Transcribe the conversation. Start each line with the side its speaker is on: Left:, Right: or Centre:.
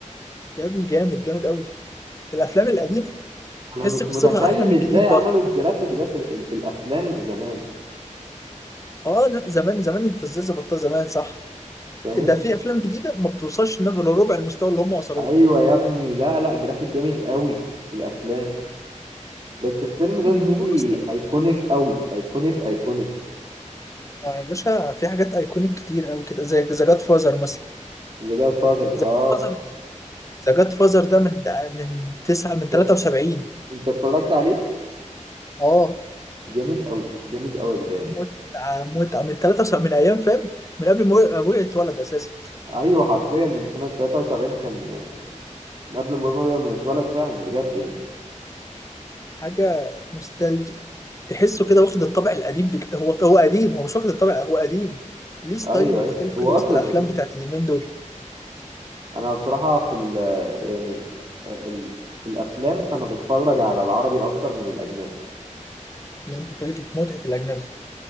Left: يا ابني جامد جامد أوي الأفلام القديمة تحس
Right: انا مش
Left: قصتها
Right: متخيل
Left: أحلى من الجديد
Right: ازاي عملوا
Left: برضه
Right: الجرافيك ده في, ال- في الافلام زمان
Left: اه لا زمان زمان أنت إزاي ظبطتها زمان صح
Right: فاهم
Left: ده في أفلام جديدة ما بتوصلش لنفس ربع المستوى اللي هم وصلوه
Right: ايوه يا ابني لا لا جرافيك جامد قوي في الافلام بس الفيلم ده
Left: له
Right: زميلي ايكونيك قوي ايكونيك ايكونيك
Left: آه يا باشا في حاجات ايكونيك كتير قوي كده زي ذا جاد فازر مثلا
Right: ذا جاد فازر
Left: ذا
Right: اه
Left: جاد فازر ده ذا جاد فازر ده من من تسعة من
Right: انت
Left: 73
Right: انت اتفرجت عليه
Left: اه
Right: جامد قوي جامد قوي يا جدعان
Left: متعة متعة من 73 من ايام فاهم من قبل ما ابويا يتولد اساسا
Right: ايوه حرفيا من سنة 73 كان من قبل ما يبقى- ما يتولد فعلا بجد يعني
Left: حاجة نوستالجي تحسه كده واخد الطابع القديم بك... هو هو قديم هو مش واخد الطابع هو قديم ليه ستايل
Right: ايوه
Left: مختلف
Right: ايوه
Left: كده
Right: هو
Left: وسط
Right: اصلا
Left: الافلام
Right: قديم
Left: بتاعت اليومين دول
Right: انا بصراحه في ال يعني ال في الافلام فانا بتفرج على العربي اكتر من الاجنبي
Left: لا انت فايتك متعة الاجنبي